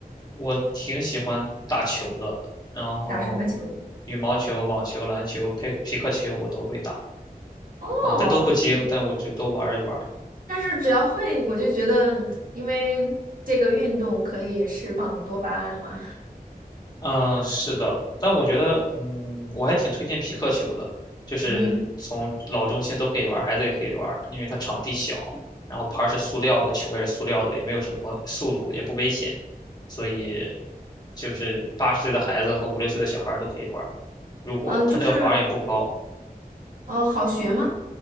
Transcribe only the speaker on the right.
打什么球？
哦，
那
但是只要会，我就觉得，因为这个运动可以释放多巴胺嘛。
嗯
嗯，就是呃，好学吗？